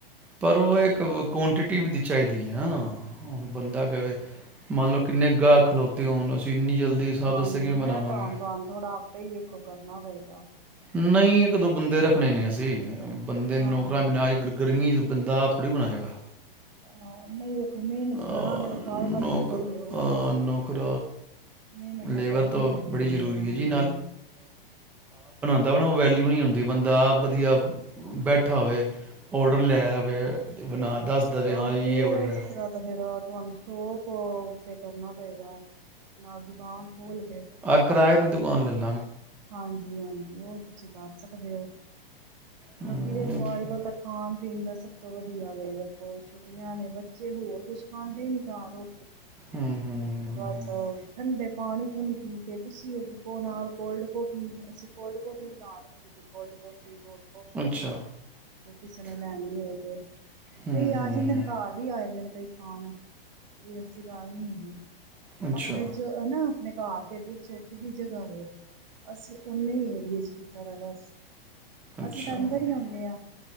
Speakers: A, in the centre; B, on the right (about 45°).
A: ਪਰ ਉਹ ਇੱਕ ਕੁਆਂਟਿਟੀ ਵੀ ਚਾਹੀਦੀ ਹੈ ਨਾ, ਬੰਦਾ ਕਵੇ ਮੰਨ ਲਓ ਕਿੰਨੇ ਗਾਹਕ ਖਲੋਤੇ ਹੋਣ ਇੰਨੀ ਜਲਦੀ ਸਭ
B: ਹਾਂਜੀ,
A: ਵਾਸਤੇ ਕਿਵੇਂ ਬਣਾਵਾਂਗੇ
B: ਇਹ ਤਾਂ ਹੁਣ ਤੁਹਾਨੂੰ ਥੋੜਾ ਆਪੇ ਹੀ ਵੇਖੋ ਕਰਨਾ ਪਏ ਅੱਛਾ
A: ਨਹੀਂ, ਇੱਕ -ਦੋ ਬੰਦੇ ਰੱਖਣੇ ਨੇ ਅਸੀਂ ਬੰਦੇ
B: ਹਾਂ
A: ਨੌਕਰਾ <unintelligible> ਗਰਮੀਚ ਬੰਦਾ ਆਪ ਥੋੜ੍ਹੀ ਬਣਾਏਗਾ।
B: ਹਾਂ, ਨਹੀਂ ਵੇਖੋ ਮਿਹਨਤ ਕਰਾਂਗੇ
A: ਅਹ
B: ਤੇ ਫਲ
A: ਨੌਕਰ
B: ਤਾਂ ਮਿਲਦਾ ਹੀ
A: ਅਹ
B: ਹੈ ਨਾ ਵੇਖੋ,
A: ਨੌਕਰ
B: ਮਿਹਨਤ ਤਾਂ
A: ਲੇਬਰ
B: ਕਰਨੀ ਚਾਹੀਦੀ
A: ਬੜੀ ਜ਼ਰੂਰੀ
B: ਹੈ ਹਾਂਜੀ
A: ਜੀ ਦਾ ਮੈ ਨਾ ਉਹ ਵੈਲਿਊ ਨਹੀਂ ਆਉਦੀ, ਬੰਦਾ ਵਧੀਆ ਬੈਠਾ ਹੋਵੇ ਔਡਰ ਲੈ ਆਵੇ ਬਣਾ ਦੱਸ ਦਵੇ
B: ਆਹ
A: ਹਾਂ ਜੀ
B: ਫੇਰ
A: ਇਹ ਆਰਡਰ
B: ਇਸ
A: ਹੈ
B: ਤਰ੍ਹਾਂ ਦਾ ਫਿਰ ਤੁਹਾਨੂੰ ਸ਼ੋਪ ਤੇ ਕਰਨਾ ਪਏਗਾ, ਆਪਣਾ ਦੁਕਾਨ ਖੋਲ ਕੇ
A: ਆਹ ਕਿਰਾਏ ਤੇ ਦਵਾਨ ਲੈ ਲ
B: ਹਾਂਜੀ, ਹਾਂਜੀ ਉਹ ਤੁਸੀਂ ਕਰ ਸਕਦੇ ਹੋ <unintelligible>
A: ਹੂੰ
B: ਕਿਉਂਕਿ, ਵੇਖੋ
A: ਉਹ ਤੇ-
B: ਅੱਜ -ਕੱਲ ਤਾਂ ਖਾਣ ਪੀਣ ਦਾ ਸਭ ਵਧੀਆ ਵੇ ਤੇ, ਛੁਟੀਆਂ ਨੇ ਬੱਚੇ ਹੋਰ ਕੁਛ ਖਾਂਦੇ ਹੀ ਨੀ ਘਾਰੋ
A: ਹੂੰ ਹੂੰ ਹੂੰ, ਹੂੰ,
B: ਬਸ
A: ਹੂੰ।
B: ਠੰਡੇ ਪਾਣੀ ਪਾਣੀ ਪੀ ਕੇ ਤੁਸੀਂ ਉਹੋ ਨਾਲ ਕੋਲਡ ਕੋਫ਼ੀ ਅਸੀਂ ਕੋਲਡ ਕੌਫ਼ੀ ਬਣਾ ਰੱਖੀ ਜੀ, ਕੋਲਡ ਕੋਫ਼ੀ, ਹੋਟ- ਕੋਫ਼ੀ
A: ਅੱਛਾ
B: ਜੇ ਕਿਸੇ ਨੇ ਲੈਣੀ ਹੋ ਤੇ,
A: ਹੂੰ
B: ਕਈ ਆ
A: ਹੂੰ
B: ਜਾਂਦੇ
A: ਹੂੰ
B: ਨੇ ਘਰ ਵੀ ਆ ਜਾਂਦੇ ਨੇ ਕਈ ਹਾਨੇ ਕੋਈ ਐਸੀ ਗੱਲ ਨਹੀ ਹੈਗੀ।
A: ਅੱਛਾ
B: ਆਪਣੇ ਜੋ ਨਾ ਆਪਣੇ ਘਰ ਦੇ ਅੱਗੇ ਛੋਟੀ ਜਿਹੀ ਜਗ੍ਹਾ ਵੇ ਅਸੀਂ ਉਨੇ ਈ ਏਰੀਏ ਚ' ਕੀਤਾ ਦਾ ਬਸ
A: ਅੱਛਾ
B: ਅਸੀਂ ਤਾਂ
A: ਹੂੰ
B: ਅੰਦਰ ਹੀ ਆਉਦੇ ਹਾਂ